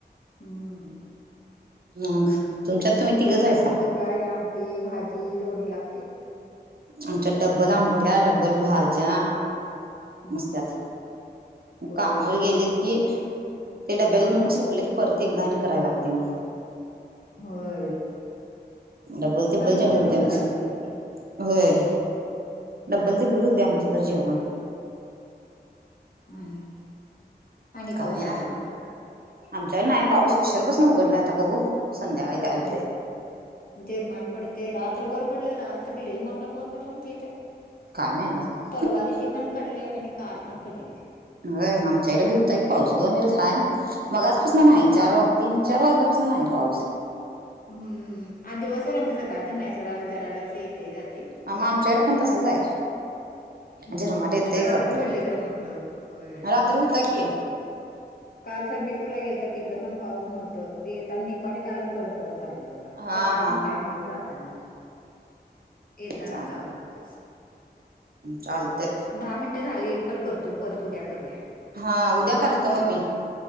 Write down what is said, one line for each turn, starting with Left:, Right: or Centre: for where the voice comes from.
Left: हम्म
Right: मग तुमच्यात तुम्ही तिघंच आहेसा
Left: आमच्या इकडं सकाळी आमटी, भाजी दोन्ही लागतेय.
Right: आमच्यात डब्बल आमट्या, डब्बल भाज्या
Left: हम्म
Right: मस्त्यात
Left: होय
Right: कामावर
Left: की
Right: गेलेत की ते डब्याल
Left: हा
Right: नेऊन स लगी की परत एकदा आणि कराय लागतेय मग
Left: होय
Right: डब्बल, तिब्बल
Left: कमी
Right: जेवण
Left: पडल्यावर
Right: होतेय
Left: मग
Right: आमच
Left: करायलाच पाहिजे की
Right: होय. डबल, तिबल होतय आमचं तर जेवण.
Left: आणि आणि
Right: काय
Left: पाऊस आला
Right: नाय
Left: बघ आता
Right: आमच्याकडे नाय पाऊस उशीरपासन उघडलाय आता बघू. संध्याकाळी काय
Left: हम्म
Right: होतय.
Left: झिरमाट पडतय रात्र बर पडल रात्र लय मोठा पाऊस पडल आमच्या इत.
Right: काय माहित <unintelligible>
Left: परवा दिशी पण पडलेय आणि काल पण पडलेय.
Right: होय आमच्याइकड भि हुता की पाऊस दोन दिवस हाय. मगाच पासन नाही चार वा तीन, चार वाजल्यापासून नाही पाऊस.
Left: हम्म आज दिवसभर <unintelligible> जरा जरास येते जाते.
Right: आ मग आमच्याकड पण तसच हाय
Left: हम्म
Right: झिरमाट येतय
Left: रात्री
Right: जातय
Left: पडले खरं मोठं होय.
Right: रात्री होता की
Left: काल संकेश्वर ला गेलतात तिकडे पण पाऊस नव्हत येता आणि निपाडी त आल्यावर परत पाऊस चालुला बघा
Right: हा
Left: सकाळ
Right: हा
Left: पण काय नव्हता जाताना येताना
Right: चाल
Left: चालु झाला पाऊस
Right: चालतय
Left: दहा मिनट झाली कट करतो परत उद्या करूया
Right: हा उद्या करतो मग मी